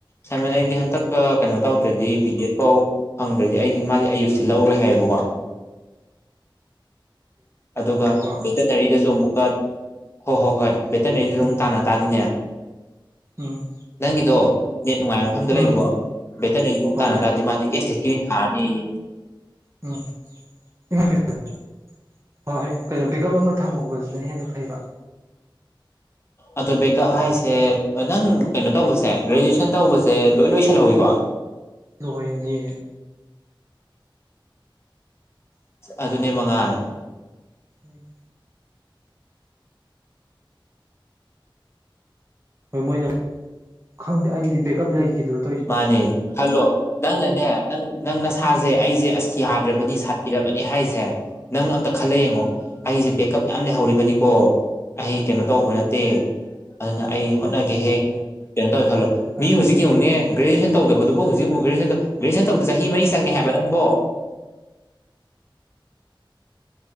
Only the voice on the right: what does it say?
ꯎꯝ
ꯎꯝ
ꯎꯝ
ꯎꯝ
ꯍꯣꯏ
ꯎꯝ <unintelligible> ꯍꯣꯏ ꯀꯩꯅꯣ ꯕꯦꯛꯑꯞ ꯑꯃ ꯊꯝꯍꯧꯕꯁꯤꯅ ꯍꯦꯟꯅ ꯐꯩꯕ
ꯂꯣꯏꯑꯦ ꯃꯤ
<inaudible> ꯍꯣꯏ ꯃꯣꯏꯅ ꯈꯪꯗꯦ ꯑꯩꯒꯤꯗꯤ ꯕꯦꯒꯀꯞ ꯂꯩꯒꯤꯗ꯭ꯔꯣ
ꯎꯝ